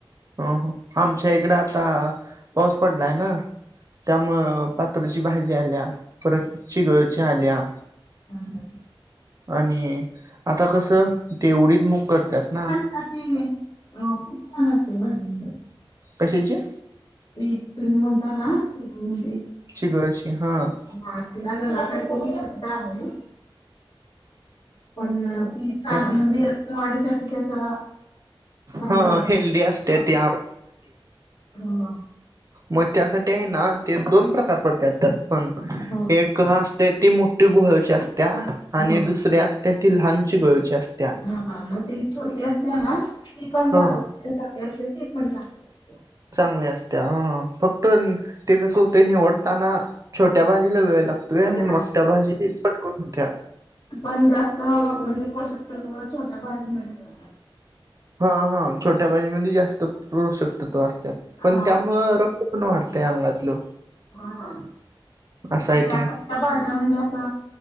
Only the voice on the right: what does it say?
हो हो आमच्या इकडे आ आता पाऊस पडलाय ना त्यामुं पात्रची भाजी आल्या परत ची ग आल्या
आणि आता कस तेवढीच मग करतात नां
कशाअची अ
<unintelligible>
त्या-
हा
हेल्दी असते ते मगं त्यासाठी आहे नां ते दोन प्रकार पडतयात पण
एक असते ती टूगोळची असत्या आणि
दुसरी्या असत्या ती लहानची गोळळची असत्या.
हा
चांगल्या असत्या अं फक्त ते कसं होते निवडतांना छोट्या बाजीला वेळ लागतो. वेळत
आणि
मोठ्या भाजी पटकून होत होत्या.
ह ह छोट्या भाजी मधे जास्त पो षतव असतयात.
पण त्यामुळं रक्त पण वाढतय अंगातलं
असा
आहे ते